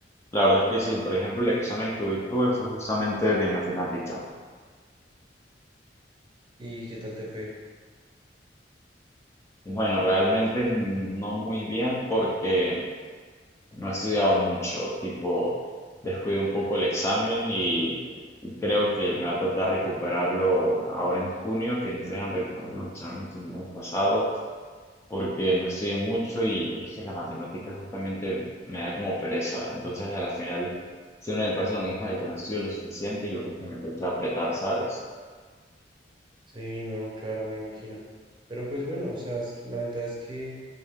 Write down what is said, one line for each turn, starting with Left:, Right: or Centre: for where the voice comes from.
Left: La verdad es que sí, por ejemplo, el examen que hoy tuve fue justamente de matemática.
Right: ¿Y qué tal te fue?
Left: Bueno, realmente no muy bien porque no he estudiado mucho, tipo, descuidé un poco el examen y y creo que me va a tocar recuperarlo ahora en junio, que nos dejan recuperar los exámenes que nos hemos pasado, porque no estudié mucho y es que la matemática justamente me da como pereza. Entonces, a la final, siempre me pasa lo mismo de que no estudio lo suficiente y luego es que me toca apretar, ¿sabes?
Right: Sí, no, claro, me imagino. Pero pues bueno, o sea, s- la ventaja es que